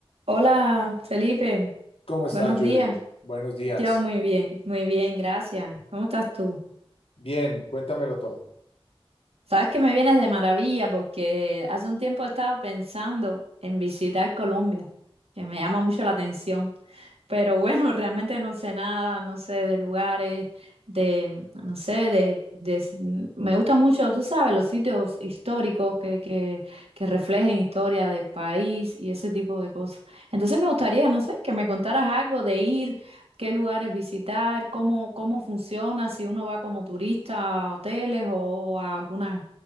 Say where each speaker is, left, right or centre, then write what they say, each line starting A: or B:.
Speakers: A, on the right; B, on the left.
A: Hola, Felipe.
B: ¿Cómo estás,
A: Buenos días.
B: Judith? Buenos días.
A: Yo muy bien, muy bien, gracias. ¿Cómo estás tú?
B: Bien, cuéntamelo todo.
A: Sabes que me vienes de maravilla porque hace un tiempo he estado pensando en visitar Colombia, que me llama mucho la atención. Pero bueno, <laughs> realmente no sé nada, no sé de lugares, de, no sé, de, de- me gusta mucho, tú sabes, los sitios históricos que, que, que reflejen historia del país y ese tipo de cosas. Entonces me gustaría, no sé, que me contaras algo de ir qué lugares visitar, cómo, cómo funciona, si uno va como turista a hoteles o a algunos